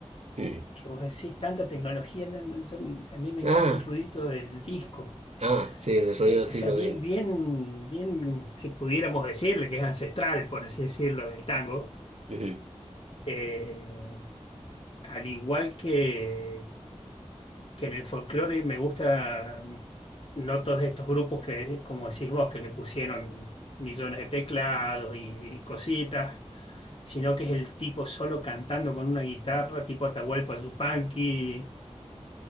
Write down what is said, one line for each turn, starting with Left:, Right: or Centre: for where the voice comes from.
Right: Mm.
Left: que vos decís, tanta tecnología, no, no, son- a mí me encanta
Right: Ah,
Left: el ruidito del disco.
Right: ah, sí, el sonido
Left: Eh,
Right: del siglo
Left: o sea, bien,
Right: veinte.
Left: bien, bien, si pudiéramos decirle que es ancestral, por así decirlo, del tango.
Right: Ujú.
Left: Eh, al igual que, que en el folclore, me gusta mm, no todos estos grupos que, como decís vos, que le pusieron millones de teclados y, cositas, sino que es el tipo solo cantando con una guitarra, tipo Atahualpa Yupanqui.